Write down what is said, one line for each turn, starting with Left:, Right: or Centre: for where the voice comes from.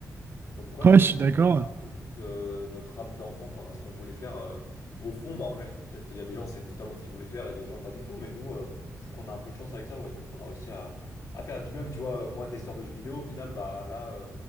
Left: comme quoi,
Right: Ouais,
Left: je pense
Right: je suis
Left: qu'au
Right: d'accord.
Left: final, on a un peu tous euh, notre âme d'enfant quand ce qu'on voulait faire. euh, au fond, bah après, je- peut-être il y a des gens, c'est totalement ce qu'ils voulaient faire et d'autres gens, pas du tout. Mais nous, euh, je trouve qu'on a un peu de chance avec ça, ouais, tu vois, qu'on a réussi à, à faire. Et puis même, tu vois, euh, moi, testeur de jeux vidéo, au final, bah là, euh,